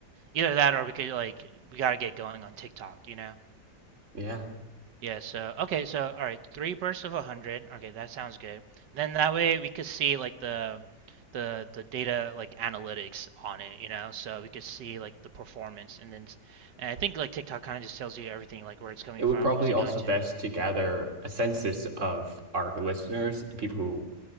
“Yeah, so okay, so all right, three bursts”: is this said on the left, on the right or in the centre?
Right